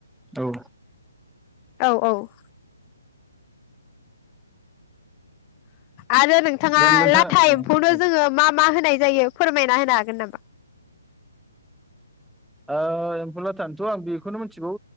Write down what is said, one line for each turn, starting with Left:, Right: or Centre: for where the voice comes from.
Centre: औ
Left: औ औ। आरो नोंथाङा
Centre: दा नोंथां
Left: लाथा
Centre: औ
Left: एम्फौनो
Centre: औ
Left: जोङो मा मा होनाय जायो फोरमायना होनो हागोन नामा?
Centre: ओ एम्फौलाथा नोथ' आं बेखौनो मोनथिगौ